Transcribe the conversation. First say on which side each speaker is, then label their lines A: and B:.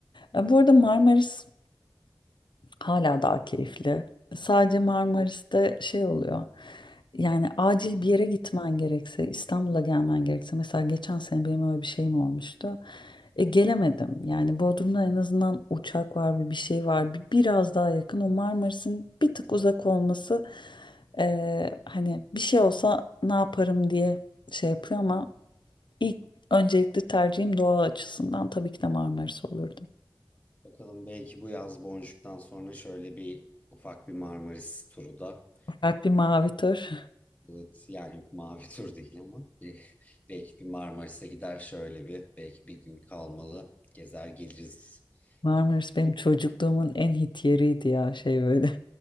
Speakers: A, on the left (about 65°); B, on the left (about 15°).
A: E, bu arada Marmaris hala daha keyifli. Sadece Marmaris'te şey oluyor. Yani acil bir yere gitmen gerekse, İstanbul'a gelmen gerekse. Mesela geçen sene benim öyle bir şeyim olmuştu. E, gelemedim. Yani Bodrum'da en azından uçak var bir bir şey var. Bir, biraz daha yakın. O Marmaris'in bir tık uzak olması e, hani bir şey olsa ne yaparım diye şey yapıyor ama ilk öncelikli tercihim doğa açısından tabii ki de Marmaris olurdu.
B: Bakalım belki bu yaz Boncuk'tan sonra şöyle bir ufak bir Marmaris turu da.
A: Ufak bir mavi tur.
B: Evet, yani yok mavi tur değil ama e, belki bir Marmaris'e gider şöyle bir belki bir gün kalmalı gezer geliriz
A: <laughs> Marmaris
B: gibi.
A: benim çocukluğumun en hit yeriydi ya şey böyle.